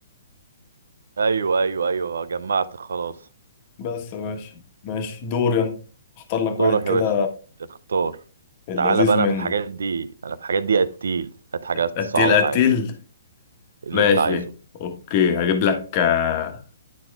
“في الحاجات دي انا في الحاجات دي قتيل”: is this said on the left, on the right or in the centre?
Right